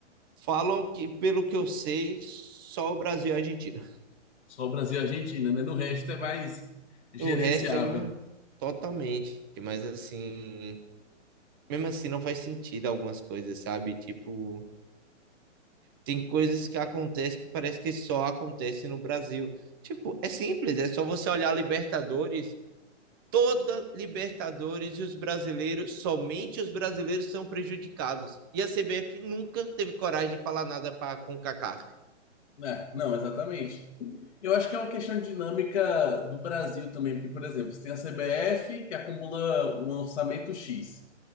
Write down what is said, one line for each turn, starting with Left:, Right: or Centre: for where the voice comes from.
Right: Falam que, pelo que eu sei, só o Brasil e a Argentina.
Left: Só o Brasil e a Argentina, né? No resto é mais gerenciável,
Right: O resto é mano, totalmente, mas assim, mesmo assim não faz sentido algumas coisas, sabe? Tipo, tem coisas que acontecem que parece que só acontecem no Brasil. Tipo, é simples, é só você olhar a Libertadores, toda Libertadores e os brasileiros, somente os brasileiros são prejudicados. E a CBF nunca teve coragem de falar nada para com CONCACAF.
Left: né? É, Não, exatamente. Eu acho que é uma questão de dinâmica do Brasil também, porque, por exemplo, você tem a CBF que acumula um orçamento X.